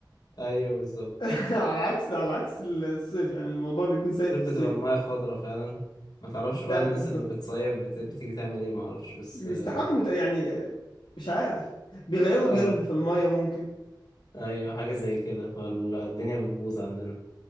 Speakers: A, on the left; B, on the left.
A: ايوه بالظبط
B: <laughs> على عكس على عكس الصيف يعني الموضوع بيكون سيء
A: الصيف
B: في
A: بتبقى
B: الصيف
A: الميه خضرة فعلا ما تعرفش
B: ده
A: بقى الناس
B: بالظبط
A: اللي بتصيف بت... بتيجي تعمل ايه ما اعرفش بس
B: بيستحموا
A: <laughs>
B: تق- يعني مش عارف بيغيروا
A: اه
B: جلد في المية ممكن
A: ايوه حاجه زي كده فالدنيا بتبوظ عندنا